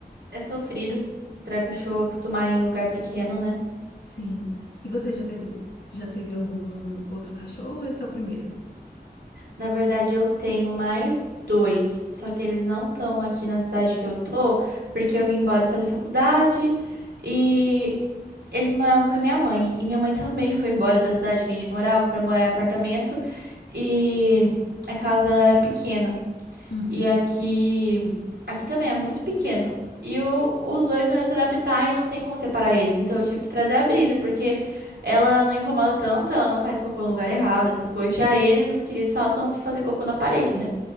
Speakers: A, on the right; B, on the left.
A: É sofrido para cachorro acostumar em lugar pequeno, né?
B: Sim. E você já teve, já teve algum outro cachorro ou esse é o primeiro?
A: Na verdade, eu tenho mais dois, só que eles não estão aqui na cidade que eu tô, porque eu vim embora fazer faculdade e eles moravam com a minha mãe. E minha mãe também foi embora da cidade que a gente morava para morar em apartamento e a casa ela era pequena.
B: Uhum.
A: E aqui, aqui também é muito pequeno. E o- os dois não iam se adaptar e não tem como separar eles. Então eu tive que trazer a Brisa, porque ela não incomoda tanto, ela não faz cocô no lugar errado, essas coisas. Já eles, os queridos, só vão fazer cocô na parede, né?